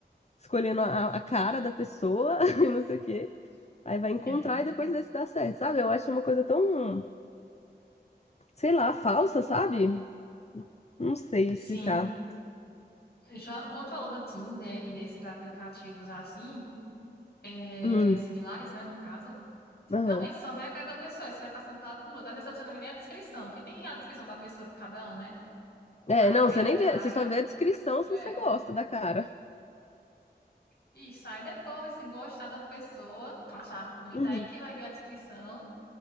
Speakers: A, on the left; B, on the left.
A: escolhendo a, a cara da pessoa <laughs> e não sei o quê. Aí vai encontrar
B: é,
A: e depois vê se dá certo, sabe? Eu acho uma coisa tão, sei lá, falsa, sabe? Não sei
B: sim.
A: explicar.
B: Já quando falou do Tinder e desses aplicativos assim, é,
A: Hum,
B: similares, né, no caso,
A: aham.
B: realmente só vê a cara da pessoa, e você vai passando de um lado por outro. Às vezes a pessoa não vê nem a descrição, porque tem a descrição da pessoa de cada um, né?
A: É,
B: Aí
A: não,
B: vê
A: você
B: a
A: nem
B: cara.
A: vê, você só vê a descrição se
B: é,
A: você gosta da cara.
B: E sai depois, se gostar da pessoa, achar bonita
A: Uhum,
B: aí que vai vir a descrição.